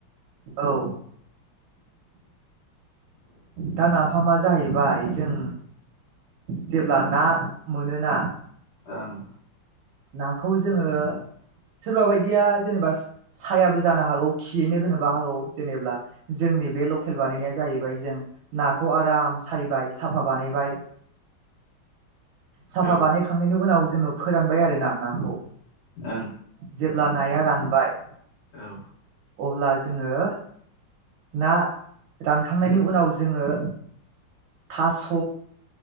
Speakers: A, on the right; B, on the left.
A: औ दा नाफामा जाहैबाय जों जेब्ला ना मोनोना
B: ओं
A: नाखौ जोङो सोरबा बायदिया जेनेबा सायाबो जानो हागौ खियैनो होनोबो हागौ जेनेबा जों जोंनि बे लकेल बानायनाया जाहैबाय जों नाखौ आराम सायबाय साफा बानायबाय साफा
B: ओं औ
A: बानायखांनायनि उनाव जोङो फोरानबाय आरोना नाखौ
B: ओं
A: जेब्ला नाया रानबाय
B: औ
A: अब्ला जोङो ना रानखांनायनि उनाव जोङो थास'